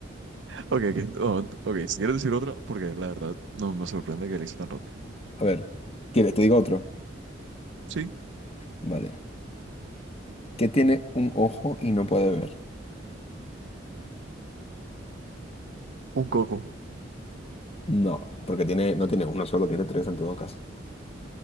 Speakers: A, on the right; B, on the left.
A: Ok, ok, no, ok, si quieres decir otra, porque la verdad no me sorprende que le hice tan rápido.
B: A ver, ¿quieres? Te digo otro.
A: Sí,
B: Vale. ¿Qué tiene un ojo y no puede ver?
A: un coco.
B: No, porque tiene, no tiene uno solo, tiene tres en todo caso.